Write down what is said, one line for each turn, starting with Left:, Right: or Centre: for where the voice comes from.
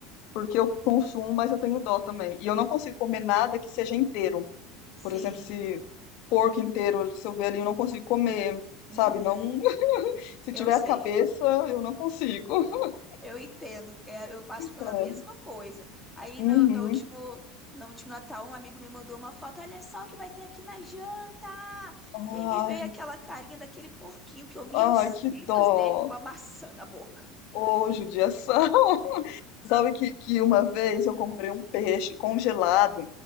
Left: Porque eu consumo, mas eu tenho dó também. E eu não consigo comer nada que seja inteiro. Por
Centre: Sim,
Left: exemplo, se porco inteiro, se eu ver ali, eu não consigo comer,
Centre: uhum,
Left: sabe? Não, <laughs> se
Centre: eu
Left: tiver
Centre: sei.
Left: a cabeça, eu não consigo. <laughs>
Centre: Eu entendo, é, eu passo pela
Left: É.
Centre: mesma coisa. Aí
Left: Uhum.
Centre: no, no último, no último Natal, um amigo me mandou uma foto, olha só o que vai ter aqui na janta.
Left: Ai,
Centre: E aí me veio aquela carinha daquele porquinho que eu via
Left: ai,
Centre: os
Left: que
Centre: cílios
Left: dó.
Centre: dele com uma maçã na boca.
Left: Ô, judiação. <laughs> Sabe que, que uma vez eu comprei um peixe congelado